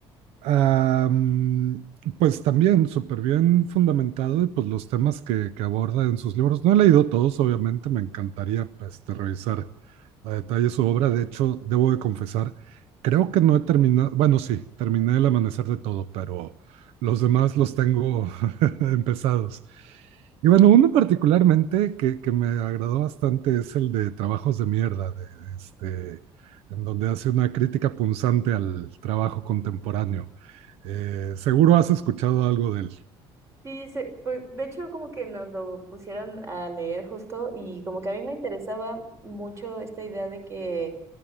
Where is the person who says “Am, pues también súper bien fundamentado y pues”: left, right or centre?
Right